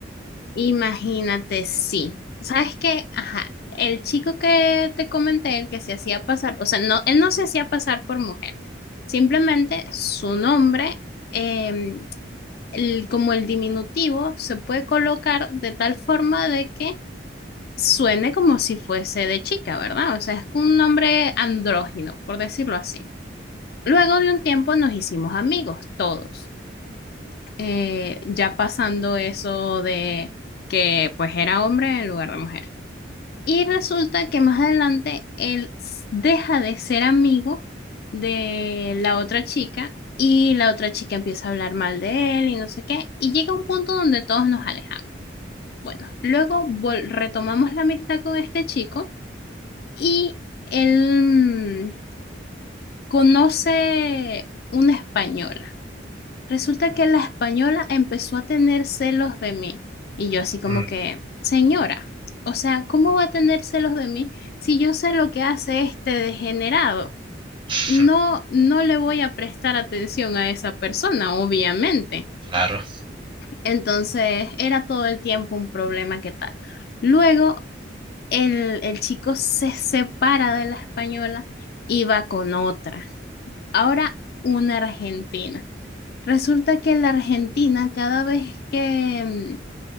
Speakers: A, on the left; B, on the right.
A: Imagínate, sí. ¿Sabes qué? Ajá. El chico que te comenté, el que se hacía pasar, o sea, no, él no se hacía pasar por mujer. Simplemente su nombre, eh, el- como el diminutivo, se puede colocar de tal forma de que suene como si fuese de chica, ¿verdad? O sea, es un nombre andrógino, por decirlo así. Luego de un tiempo nos hicimos amigos, todos. Eh, ya pasando eso de que pues era hombre en lugar de mujer. Y resulta que más adelante él s- deja de ser amigo de la otra chica y la otra chica empieza a hablar mal de él y no sé qué. Y llega un punto donde todos nos alejamos. Bueno, luego vol- retomamos la amistad con este chico y él mm, conoce una española. Resulta que la española empezó a tener celos de mí. Y yo así como
B: Mm.
A: que, señora, o sea, ¿cómo va a tener celos de mí si yo sé lo que hace este degenerado?
B: <laughs>
A: No, no le voy a prestar atención a esa persona, obviamente.
B: Claro,
A: Entonces, era todo el tiempo un problema que tal. Luego, el, el chico se separa de la española y va con otra. Ahora, una argentina. Resulta que en la Argentina, cada vez que